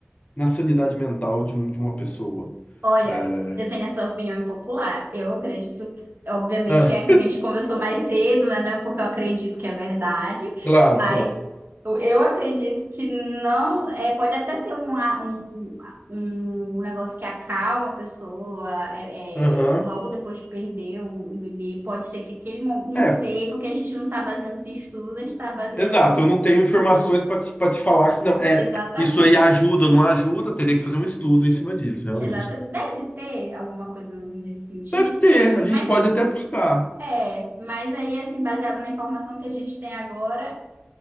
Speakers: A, on the left; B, on the right.
A: na sanidade mental de, um, de uma pessoa?
B: Olha,
A: É,
B: eu tenho essa opinião impopular. Eu acredito, obviamente,
A: ah,
B: que é aquilo que a gente conversou mais cedo, né? Não é porque eu acredito que é verdade,
A: claro,
B: mas
A: claro.
B: eu eu acredito que não. É, pode até ser um, a- um, um negócio que acalma a pessoa é,
A: Aham.
B: é, logo depois de perder um, um bebê. Pode ser que aquele momento. Não
A: É,
B: sei, porque a gente não está baseando esse estudo, a gente está baseando.
A: Exato, eu não tenho informações para te, para te falar que não é
B: Exatamente.
A: isso aí ajuda ou não ajuda, teria que fazer um estudo em cima disso, realmente.
B: Exato, deve ter alguma coisa nesse sentido,
A: Deve
B: sim,
A: ter, a gente
B: mas
A: pode até buscar.
B: É, mas aí, assim, baseado na informação que a gente tem agora,